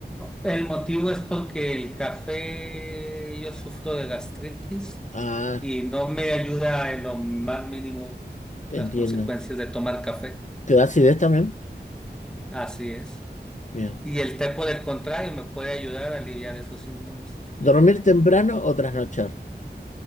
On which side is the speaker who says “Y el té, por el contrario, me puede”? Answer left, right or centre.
Centre